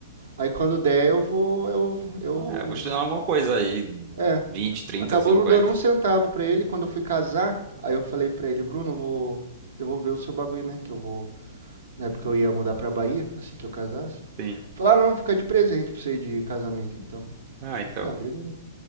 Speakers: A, on the right; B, on the right.
A: Aí quando der eu vou. eu. eu.
B: É, vou te dando alguma coisa aí.
A: É.
B: vinte trinta
A: Acabou
B: cinquenta
A: não dando um centavo pra ele. Quando eu fui casar, aí eu falei pra ele, Bruno, eu vou devolver o seu bagulho, né? Que eu vou na época eu ia mudar pra Bahia, assim que eu casasse.
B: Sim.
A: Falar, ah, não, fica de presente pra você de casamento, então.
B: Ah, então.
A: Falei, ah, obrigado.